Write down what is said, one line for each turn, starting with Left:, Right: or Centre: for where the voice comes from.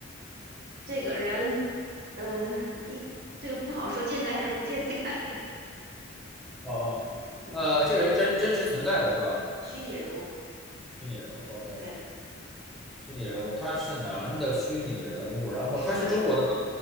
Right: 这个人，呃，一这个不好说健在还是不健在。<laughs>
Centre: 哦哦哦，
Right: 嗯，
Centre: 呃，这个人真真实存在的是吧？
Right: 虚拟人物，
Centre: 虚拟人物，OK，
Right: 对，
Centre: 虚拟人物，他是男的虚拟人物，然后他是中国的吗？
Right: 是，